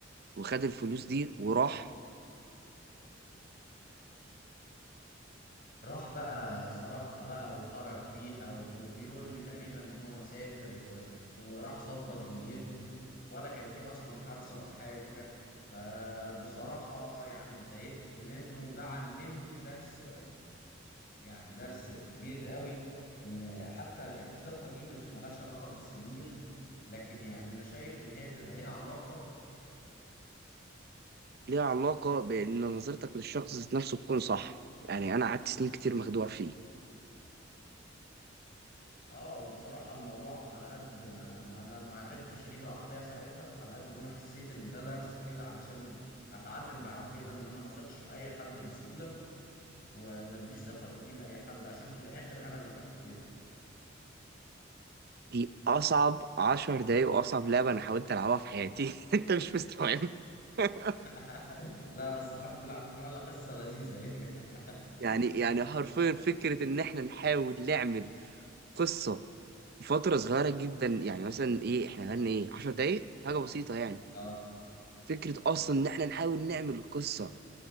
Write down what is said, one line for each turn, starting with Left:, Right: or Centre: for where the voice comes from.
Right: وخد الفلوس دي وراح
Left: راح بقى صرفها بقى وخرج بيها وبيقول لي تقريبا هو سافر و... وراح ظبط دنيته ولا كان في اصلا حادثة ولا حاجة فبصراحة يعني اتضايقت منه وده علمني درس يعني درس كبير قوي ان حتى الثقة دي مش ملهاش علاقة بالسنين لكن يعني انا شايف ان هي بيبقى ليها علاقة
Right: ليها علاقة بإن نظرتك للشخص ذات نفسه تكون صح يعني أنا قعدت سنين كتير مخدوع فيه
Left: اه وبصراحة الموضوع على قد ما, ما انا ما عرفتش اجيب العربية ساعتها على قد ما انا حسيت ان ده درس كده علشان اتعلم بعد كده ان انا ما اثقش في اي حد بسهولة وما اديش ثقة دي, دي لاي حد عشان في الاخر انا اللي هتأذي
Right: دي أصعب عشر دقايق وأصعب لعبة أنا حاولت ألعبها في حياتي <laughs> أنت مش مستوعب <laughs>
Left: <laughs> لا بس الحمد لله عملنا قصة لذيذة ايه <laughs>
Right: يعني يعني حرفيا فكرة إن إحنا نحاول نعمل قصة فترة صغيرة جدا يعني مثلا إيه إحنا غنى إيه عشر دقايق حاجة بسيطة يعني
Left: اه
Right: فكرة أصلا إن إحنا نحاول نعمل قصة